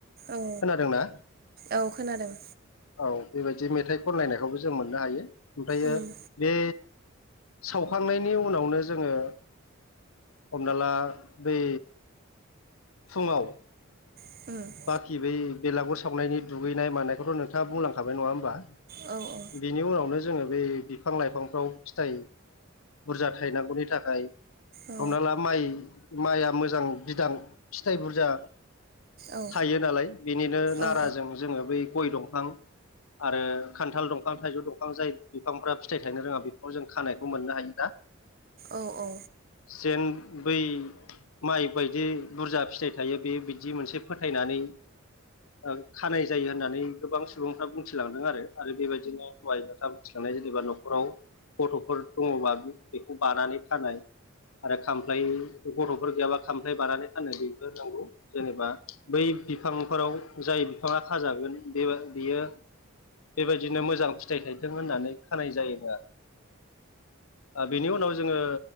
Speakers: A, on the right; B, on the left.
A: औ
B: खोनादोंना
A: औ खोनादों
B: औ बेबायदि मेथाइ खनलनायखौबो जों मोननो हायो ओमफ्रायो
A: उम
B: बे सावखांनायनि उनावनो जोङो हमना ला बै फुङाव
A: <inaudible>
B: बाखि बै बेलागुर सावनायनि दुगैनाय मानायखौथ' नोंथाङा बुंलांखाबाय नङा होमबा?
A: औ औ
B: बिनि उनावनो जोङो बे बिफां लाइफांफ्राव फिथाइ बुरजा थायनांगौनि थाखाय
A: औ
B: हमना ला माइ माइआ मोजां बिदां फिथाइ बुरजा
A: औ
B: थायो नालाय बेनिनो नाराजों
A: औ
B: जोङो बै गय दंफां आरो खान्थाल दंफां थाइजौ दंफां जाय बिफांफ्रा फिथाइ थायनो रोङा बेफोराव जों खानायखौ मोननो हायो ना
A: औ औ उम औ
B: जेन बै माइ बायदि बुरजा फिथाइ थायो बे बिदि मोनसे फोथायनानै ओं खानाय जायो होननानै गोबां सुबुंफ्रा बुंथिलांदों आरो आरो बेबायदिनो लवाय थाम फिखांनाय जेनेबा न'खराव गथ'फोर दङबा बेखौ बानानै खानाय आरो खामफ्लाय गथ'फोर गैयाबा खामफ्लाय बानानै फाननाय बेबो नांगौ जेनेबा बै बिफांफोराव जाय बिफाङा खाजागोन बे बियो बेबायदिनो मोजां फिथाइ थायथों होननानै खानाय जायोना ओ बेनि उनाव जोङो